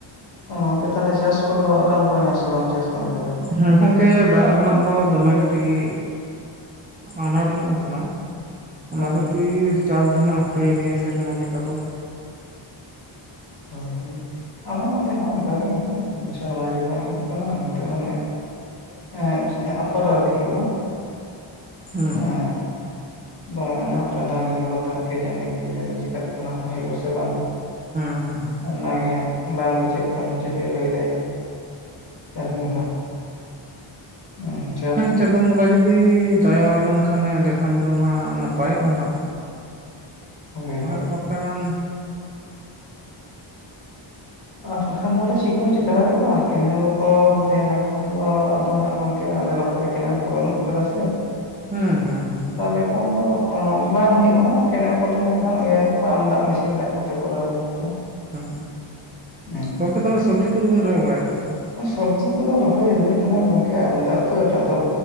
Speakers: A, on the left (about 50°); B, on the right (about 20°).
A: ᱜᱚᱝᱠᱮ ᱛᱟᱦᱚᱞᱮ ᱪᱟᱥ ᱠᱚᱫᱚ ᱟᱨᱟᱢ ᱵᱚᱭᱱᱟᱥ ᱵᱟᱝ ᱪᱟᱥ ᱠᱟᱹᱢᱤ ᱠᱚᱫᱚ᱾
B: ᱦᱮᱸ ᱜᱚᱝᱠᱮ ᱫᱟᱜ ᱨᱮᱱᱟᱜ ᱫᱚ ᱫᱚᱢᱮ ᱠᱟᱹᱴᱤᱡ᱾ ᱟᱱᱟᱴ ᱧᱚᱜ ᱟᱠᱟᱱᱟ᱾ ᱚᱱᱟ
A: ᱦᱳᱭ
B: ᱠᱷᱟᱹᱛᱤᱨ ᱪᱟᱥ ᱫᱚ ᱱᱟᱜ ᱦᱟᱯᱮ ᱱᱤᱭᱟᱹ ᱥᱮᱨᱢᱟ ᱞᱮᱠᱟ ᱫᱚ᱾
A: ᱦᱳᱭ ᱦᱳᱭ᱾ ᱟᱞᱮ ᱱᱚᱛᱮ ᱦᱚᱸ ᱚᱱᱠᱟ ᱜᱮ <inaudible> ᱟᱭᱰᱤ ᱵᱟᱝ ᱦᱩᱭᱩᱜ ᱠᱟᱱᱟ ᱟᱨ ᱱᱤᱛᱚᱜ ᱦᱚᱸᱱᱮ᱾ ᱦᱮᱸ ᱟᱯᱚᱨ ᱟᱣᱨᱤ ᱦᱩᱭᱩᱜᱼᱟ
B: ᱦᱮᱸ
A: ᱮᱸ᱾ ᱫᱚ ᱚᱱᱟᱱᱟᱴ ᱱᱤᱭᱟᱹ ᱵᱟᱨᱫᱷᱟᱣ ᱠᱮ ᱡᱟᱱᱮ ᱠᱮ ᱡᱟᱱᱮ ᱪᱤᱠᱟᱹᱜ ᱠᱟᱱᱟ ᱦᱩᱭᱩᱜ ᱟᱥᱮ ᱵᱟᱝ᱾
B: ᱦᱩᱸ ᱦᱩᱸ ᱦᱩᱸ
A: ᱚᱱᱟᱜᱮ ᱦᱟᱸᱜ ᱵᱟᱝ ᱵᱩᱡᱷᱟᱹᱜ ᱠᱟᱱᱟ ᱪᱮᱫ ᱮ ᱞᱟᱹᱭᱫᱟᱭ ᱪᱟᱸᱫᱳ ᱵᱚᱜᱟ᱾ ᱦᱩᱸ
B: ᱦᱮᱸ ᱪᱟᱸᱫᱚ ᱵᱚᱸᱜᱟ ᱡᱩᱫᱤ ᱫᱟᱭᱟᱵᱮᱱ ᱠᱷᱟᱱᱮ ᱮᱸᱰᱮ ᱠᱷᱟᱱ ᱫᱚ ᱦᱟᱜ ᱱᱟᱯᱟᱭᱚᱜᱼᱟ ᱱᱟᱦᱟᱜ᱾
A: ᱦᱳᱭ ᱦᱳᱭ
B: ᱟᱨ ᱵᱟᱠᱷᱟᱱ᱾
A: ᱟᱨ ᱵᱟᱝᱠᱷᱟᱱ ᱫᱚ ᱟᱫᱚ ᱪᱮᱫ ᱵᱚᱱ ᱪᱮᱠᱟ ᱫᱟᱲᱮᱭᱟᱜᱼᱟ ᱠᱮᱱᱮᱞ ᱠᱚ ᱛᱟᱸᱦᱮ ᱞᱮᱱᱠᱷᱟᱱ ᱫᱚ ᱟᱫᱚ ᱦᱟᱸᱜ ᱜᱚᱝᱠᱮ᱾ ᱟᱞᱮ ᱱᱚᱛᱮ ᱛᱮ ᱠᱮᱱᱮᱞ ᱠᱚ ᱵᱟᱹᱱᱩᱜ ᱟᱠᱟᱫ ᱥᱮ᱾
B: ᱦᱩᱸ ᱦᱩᱸ ᱦᱩᱸ ᱦᱩᱸ
A: ᱛᱟᱦᱚᱞᱮ ᱠᱷᱟᱱ ᱫᱚ ᱵᱟᱝ ᱦᱩᱭᱩᱜᱼᱟ ᱠᱮᱱᱮᱞ ᱠᱚ ᱛᱟᱸᱦᱮ ᱞᱮᱠᱷᱟᱱ ᱚᱭᱟᱭ ᱯᱟᱢᱯ ᱫᱟᱜ ᱢᱮᱥᱤᱱ ᱫᱟᱜ ᱠᱚᱛᱮ ᱠᱚᱨᱟᱣ ᱦᱩᱭ ᱠᱚᱜᱼᱟ᱾
B: ᱦᱮᱸ
A: ᱦᱮᱸ
B: ᱜᱚᱝᱠᱮ ᱛᱟᱦᱚᱞᱮ ᱥᱚᱵᱽᱡᱤ ᱠᱚᱫᱚ ᱵᱮᱱ ᱨᱚᱦᱚᱭ ᱵᱟᱲᱟ ᱟᱠᱟᱫᱟ ᱥᱮ ᱵᱟᱝ᱾
A: ᱥᱚᱵᱽᱡᱤ ᱠᱚᱫᱚ ᱨᱚᱦᱚᱭ ᱦᱩᱭ ᱞᱮᱱᱟ ᱜᱚᱝᱠᱮ ᱟᱢᱫᱟ ᱩᱛᱨ ᱟᱫᱚ